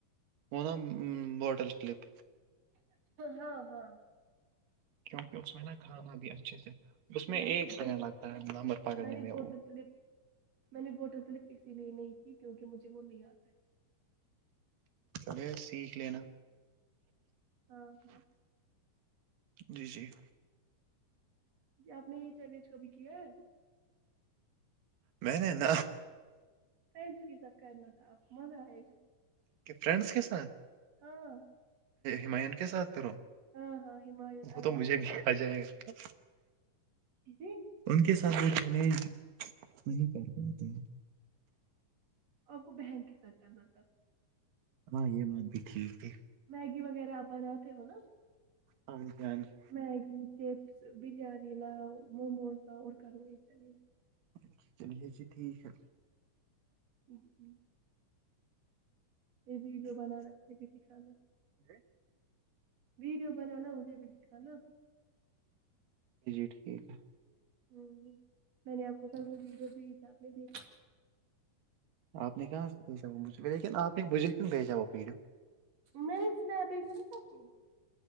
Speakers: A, on the right; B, on the right.
A: وہ نا بوٹل کلپ
B: ہاں ہاں
A: کیونکہ اس میں نا کھانا بھی اچھے سے اس میں
B: نے
A: ایک سیکنڈ
B: بہت
A: لگتا ہے نمبر پکڑنے
B: نے
A: میں
B: بہت مطلب میں نے ووٹل کلپ اسی لیے نہیں کی کیونکہ مجھے وہ نہیں آتا ہے
A: رے سیکھ لینا
B: <unintelligible>
A: جی جی
B: جی آپ نے یہی چیلنج کبھی کیا ہے
A: میں نے ن
B: کید فیصد کرنا کاپ مزہ آئے گا
A: کہ فرینڈس کے ساتھ
B: ہاں
A: ہماین کے ساتھ کرو
B: ہاں ہاں ہمایون
A: وہ
B: ایان
A: تو مجھے بھی آ جائے گا
B: جی جی
A: ان کے ساتھ وہ چیلنج نہیں کر پاتے
B: آپ کو بہن کے ساتھ کرنا تھا
A: ہاں یہ بات بھی ٹھیک ہے
B: میگی وغیرہ آپناتے ہو نا
A: ہاں جی ہاں جی
B: میگی چپس بریانی لا موموز لا اور کروں یہ چلی
A: ا چلیے جی ٹھیک ہے
B: ہوں ہوں یہ ویڈیو بنانا ر دکھانا
A: جی
B: ویڈیو بنانا مجھے بھی دکھان نا
A: ج جی ٹھیک ہے
B: ہوں میں نے آپ کو ک وہ بھی حساب میں دیکھ
A: آپ نے کہاں سے بھیجاجھ لیکن آپ نے بجھے کیوں بھیجا وہ ویڈیو
B: میرچ ن بھی تھا نا سب کو